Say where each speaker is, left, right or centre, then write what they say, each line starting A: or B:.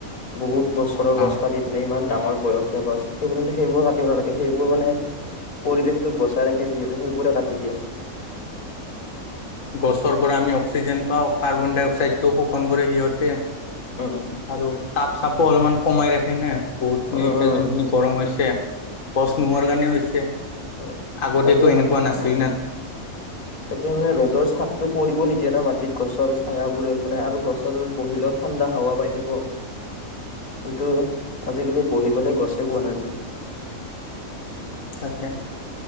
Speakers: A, on the left (about 80°); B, on the left (about 65°).
A: বহুত বছৰৰ
B: অ অ
A: গছ কাটি মানে ইমান ডাঙৰ বয়সীয়া গছ সেইবোৰ কিন্তু সেইবোৰ কাটিব নালাগে সেইবোৰ মানে পৰিৱেশটোক বচাই ৰাখে যিহেতু সেইবোৰে কাটি দিয়ে।
B: উম গছৰ পৰা আমি অক্সিজেন পাওঁ কাৰ্বন ডাই অক্সাইডটোও শোষণ কৰে সিহঁতে
A: উম
B: আৰু তাপ চাপো অলপমান কমাই ৰাখে নে বহুতখিনি
A: উম
B: এতিয়া
A: উম
B: যোনখিনি গৰম হৈছে। গছ নোহোৱাৰ কাৰণে হৈছে
A: উম
B: আগতেতো
A: তাকে
B: এনেকুৱা
A: মানে
B: নাছিল
A: উম
B: ন,
A: তাকে মানে ৰ'দৰ চাপটো পৰিব নি দিয়ে মাটিত গছৰ ছায়াবোৰে মানে আৰু গছৰ বহিলেও ঠাণ্ডা হাৱা পাই থাকো। কিন্তু আজিকালি বহিবলৈ গছে পোৱা নাযায়।
B: তাকে